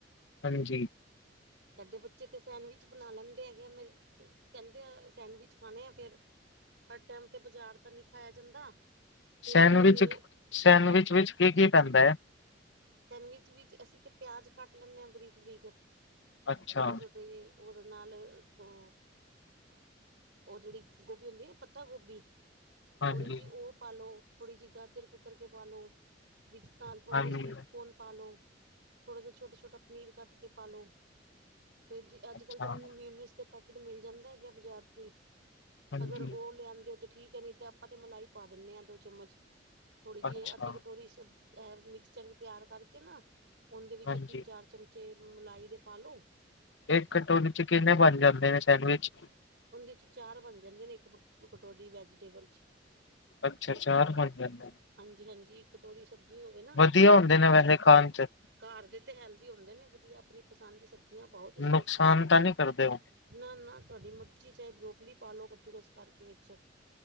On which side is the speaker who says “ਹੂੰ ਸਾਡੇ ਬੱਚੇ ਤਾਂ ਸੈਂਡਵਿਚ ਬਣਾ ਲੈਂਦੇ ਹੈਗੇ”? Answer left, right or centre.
Right